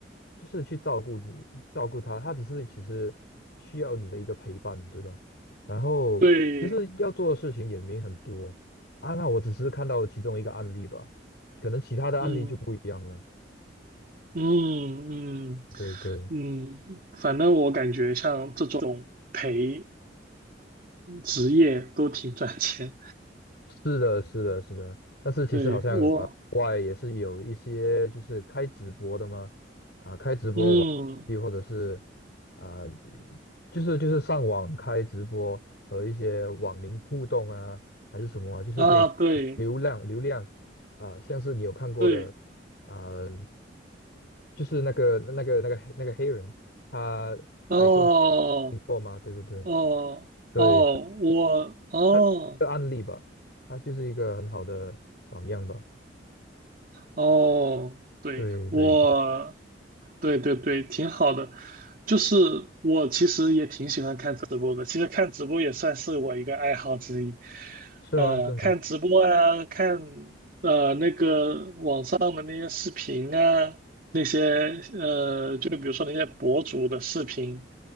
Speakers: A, on the left; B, on the right.
A: 就是去照顾你照顾他，他只是其实需要你的一个陪伴，对吧？然后就是要做的事情也没很多啊，
B: <laughs> 对。
A: 那我只是看到其中一个案例吧，可能其他的案例就不一样了。
B: 嗯，嗯嗯
A: 对对。
B: 嗯，反正我感觉像这种陪职业都挺赚钱。
A: 是的，是的，是的。但是其实好像呃，
B: 对我，
A: 国外也是有一些就是开直播的嘛，啊、开直播玩游戏或者是啊、
B: 嗯
A: 就是就是上网开直播和一些网民互动啊，还是什么啊，就是可以流量流量啊、
B: 啊，对
A: 像是你有看过的啊、
B: 对，
A: 就是那个那个那个那个黑人，他矮修
B: 哦
A: 过嘛，对不对？
B: 哦哦，
A: 对。他。
B: 我哦
A: 他的案例吧，他就是一个很好的榜样吧。
B: 哦，对我。
A: 对对对，
B: 对对对，挺好的。就是我其实也挺喜欢看直播的，其实看直播也算是我一个爱好之一。
A: 是吗？
B: 呃，
A: 是吗？
B: 看直播啊，看呃那个网上的那些视频啊，那些呃，就比如说那些博主的视频，